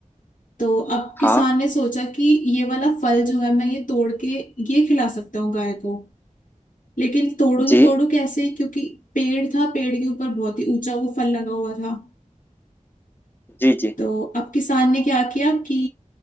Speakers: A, on the left; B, on the left.
A: तो अब किसान
B: हाँ
A: ने सोचा कि ये वाला फल जो है मैं ये तोड़ के ये खिला सकता हूँ गाय को लेकिन तोड़ो
B: जी
A: तो तोड़ो कैसे क्योंकि पेड़ था पेड़ के ऊपर बहुत ही ऊंचा वो फल लगा हुआ था
B: जी जी
A: तो अब किसान ने क्या किया कि